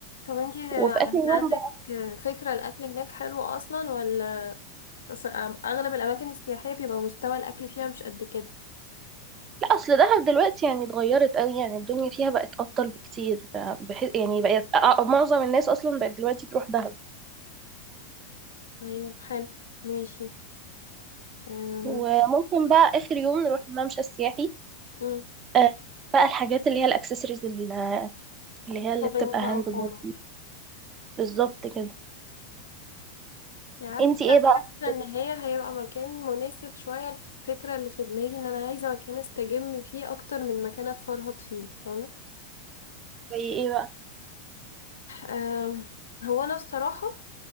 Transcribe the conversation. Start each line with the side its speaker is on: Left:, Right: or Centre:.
Left: طب انتي
Right: وفي
Left: يعني
Right: اخر يوم
Left: عندك فكره الاكل هناك حلو اصلا ولا أص- اغلب الاماكن السياحيه بيبقى مستوى الاكل فيها مش قد كده
Right: لا اصل دهب دلوقتي يعني اتغيرت قوي يعني الدنيا فيها بقت افضل بكتير بحيث يعني بقت آه، معظم الناس اصلا بقت دلوقتي تروح دهب
Left: طيب حلو ماشي أم،
Right: وممكن بقى اخر يوم نروح الممشى السياحي
Left: مم.
Right: آه، بقى الحاجات اللي هي الاكسسوارز اللي اللي هي
Left: شوبينج
Right: اللي بتبقى
Left: بقى
Right: هاند
Left: وحوارات
Right: ميد بالظبط كده
Left: انتي عارفة
Right: انتي
Left: انا
Right: ايه بقى
Left: حاسة
Right: خطتك؟
Left: ان هي هيبقى مكان مناسب شوية الفكرة اللي في دماغي ان انا عايزة مكان استجم فيه اكتر من مكان اتفرهد فيه فاهمة
Right: زي ايه بقى
Left: آم، هو انا الصراحة